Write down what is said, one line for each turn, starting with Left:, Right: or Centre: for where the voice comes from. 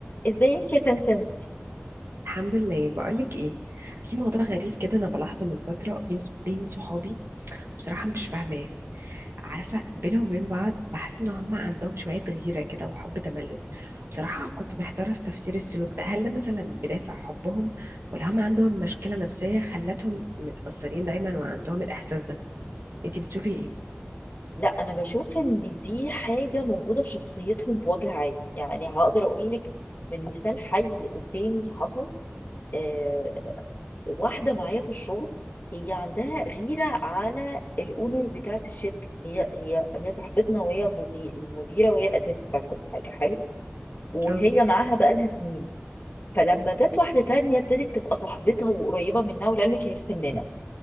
Left: ازيك يا سمسم
Right: الحمد لله بقولك ايه في موضوع غريب كده انا بلاحظه من فتره بين بين صحابي بصراحه مش فاهماه عارفه بينهم وبين بعض بحس ان هم عندهم شويه غيره كده وحب تملك بصراحه كنت محتاره في تفسير السلوك ده هل ده مثلا بدافع حبهم ولا هم عندهم مشكله نفسيه خلتهم متاثرين دايما وعندهم الاحساس ده انتي بتشوفي ايه
Left: لا انا بشوف ان دي حاجه موجوده في شخصيتهم بوجه عام يعني هقدر اقول لك من مثال حي قدامي حصل آه واحده معايا في الشغل هي عندها غيره على الاونر بتاعه الشركه هي هي هي صاحبتنا وهي مدير مديره وهي الاساس بتاع كل حاجه حلو وهي
Right: اه
Left: معاها بقالها سنين فلما جت واحده تانية ابتدت تبقى صاحبتها وقريبه منها ولعلمك هي في سننا